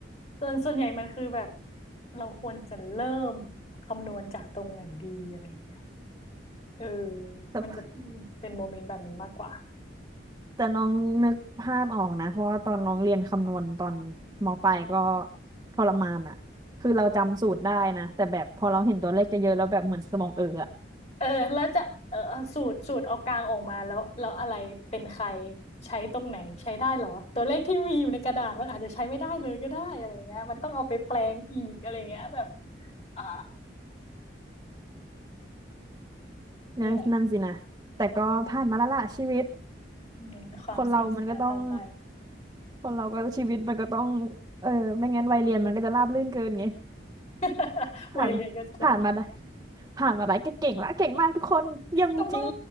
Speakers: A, on the left; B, on the right.
A: ส่วนส่วนใหญ่มันคือแบบเราควรจะเริ่มคำนวณจากตรงไหนดีอะไรเงี้ยเออ
B: แต่
A: มันจะเป็นโมเมนต์แบบนี้มากกว่า
B: แต่น้องนึกภาพออกนะเพราะว่าตอนน้องเรียนคำนวณตอนมปลายก็ทรมานอ่ะคือเราจำสูตรได้นะแต่แบบพอเราเห็นตัวเลขจะเยอะๆแล้วแบบเหมือนสมองเอออะ
A: เออแล้วจะเออเอาสูตรสูตรเอากลางออกมาแล้วแล้วอะไรเป็นใครใช้ตรงไหนใช้ได้เหรอตัวเลขที่มีอยู่ในกระดาษมันอาจจะใช้ไม่ได้เลยก็ได้อะไรเงี้ยมันต้องเอาไปแปลงอีกอะไรเงี้ยแบบอ่า
B: นั่นนั่นสินะแต่ก็ผ่านมาแล้วล่ะชีวิต
A: นี่แหละเป็นความสนุกสนานต่อไป
B: คนเรามันก็ต้องคนเราก็ชีวิตมันก็ต้องเออไม่งั้นวัยเรียนมันก็จะราบรื่นเกินไง
A: <laughs>
B: ผ่านผ่านมา
A: วัยเรียนก็จะทำอยู่
B: ผ่านมาได้ก็เก่งละเก่งมากทุกคนเยี่ยมจริง
A: ตบมือ